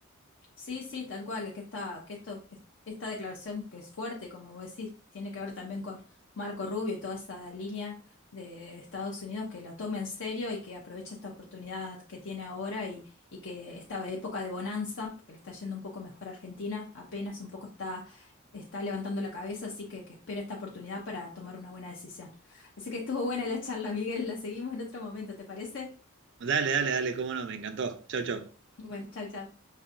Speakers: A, on the left (about 60°); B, on the right (about 60°).
A: Sí, sí, tal cual, es que esta, que esto, esta declaración que es fuerte, como vos decís, tiene que ver también con Marco Rubio y toda esa línea de Estados Unidos que la toma en serio y que aprovecha esta oportunidad que tiene ahora y, y que esta época de bonanza, porque le está yendo un poco mejor a Argentina, apenas un poco está, está levantando la cabeza, así que, que espera esta oportunidad para tomar una buena decisión. Así que estuvo buena la charla, Miguel, la seguimos en otro momento, ¿te parece?
B: Dale, dale, dale, cómo no, me encantó. Chau, chau.
A: Bueno, chau chau